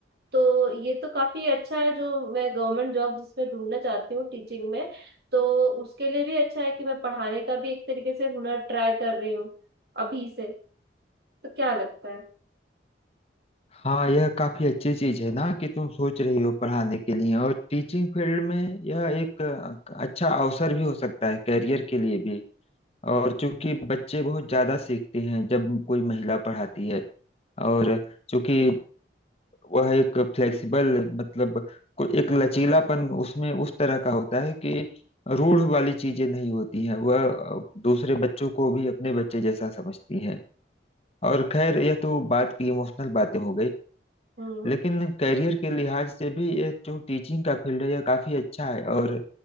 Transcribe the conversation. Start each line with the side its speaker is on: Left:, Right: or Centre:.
Right: तो ये तो काफी अच्छा है जो मैं गवर्नमेंट जॉब जिसमें ढूंढना चाहती हूँ टीचिंग में तो उसके लिए भी अच्छा है कि मैं पढ़ाने का भी एक तरीके से हुनर ट्राई कर रही हूँ अभी से तो क्या लगता है
Left: हाँ यह काफी अच्छी चीज है ना कि तुम सोच रही हो पढ़ाने के लिए और टीचिंग फील्ड में यह एक अ, अच्छा अवसर भी हो सकता है करियर के लिए भी और चूंकि बच्चे बहुत ज्यादा सीखते हैं जब कोई महिला पढ़ाती है और चूंकि वह एक फ्लेक्सिबल मतलब को एक लचीलापन उसमें उस तरह का होता है कि रूढ़ वाली चीजें नहीं होती हैं वह दूसरे बच्चों को भी अपने बच्चे जैसा समझती हैं और खैर यह तो बात की इमोशनल बातें हो गई
Right: हम्म
Left: लेकिन कैरियर के लिहाज से भी यह जो टीचिंग का फील्ड है यह काफी अच्छा है और